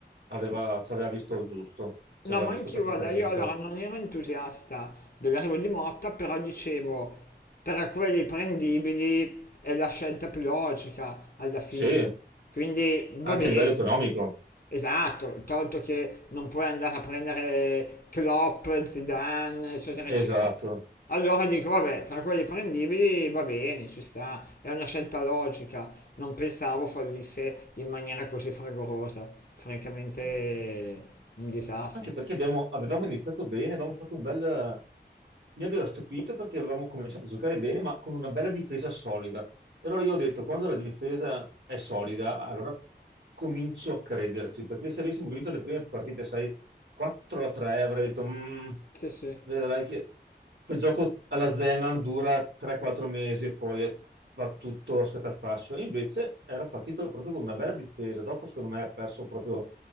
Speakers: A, on the right; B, on the left.
A: aveva- ci aveva visto giusto,
B: No,
A: ci aveva
B: ma
A: visto
B: anch'io,
A: perfettamente.
B: guarda, io allora non ero entusiasta dell'arrivo di Motta, però dicevo, tra quelli prendibili è la scelta più logica alla fine.
A: Sì,
B: Quindi va
A: anche
B: bene.
A: a livello economico,
B: Esatto, tolto che non puoi andare a prendere Klopp, Zidane, eccetera,
A: esatto.
B: eccetera. Allora dico, vabbè, tra quelli prendibili va bene, ci sta, è una scelta logica, non pensavo fallisse in maniera così fragorosa, francamente un disastro.
A: Anche perché abbiamo- avevamo iniziato bene, avevamo fatto un bel... Mi aveva stupito perché avevamo cominciato a giocare bene, ma con una bella difesa solida. E allora io ho detto, quando la difesa è solida, allora comincio a crederci, perché se avessimo vinto le prime partite, sai, 4 a 3, avrei detto, "Mm,
B: Sì, sì.
A: vedrai che quel gioco alla Zeman dura 3-4 mesi e poi è- va tutto a scatafascio. E Invece era partito proprio con una bella difesa, dopo secondo me ha perso proprio